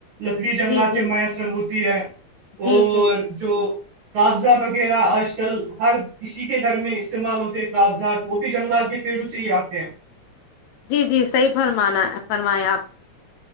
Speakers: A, on the right (about 80°); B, on the left (about 75°).
A: لکڑی جنگلات
B: جی جی
A: سے میسر ہوتی ہے
B: جی
A: اور
B: جی
A: جو کاغذات وغیرہ آج کل ہر کسی کے گھر میں استعمال ہوتے کاغذات کو بھی جنگلات کے پھر اسی آیادتے ہیں
B: جی جی صحیح فرمانا فرمایا آپ